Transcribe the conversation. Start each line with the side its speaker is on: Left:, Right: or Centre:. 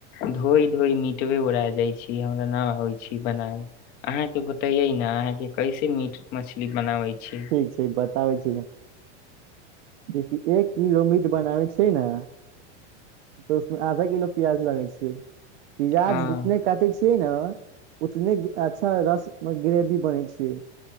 Left: धोइ धोइ मीटवे ओरा जाइ छियै हमरा न होय छै बनाबे अहाँ के बतैये ने अहाँ के कैसे मीट मछली बनाबै छी छियै
Right: ठीक बताबै छी देखि एक किलो मीट बनाबै छियै नऽ तऽ उसमे आधा किलो प्याज लागे छियै प्याज
Left: हँ
Right: जितने काटै छी छियै नऽ उतने अच्छा रस मे ग्रेवी बनेै छियै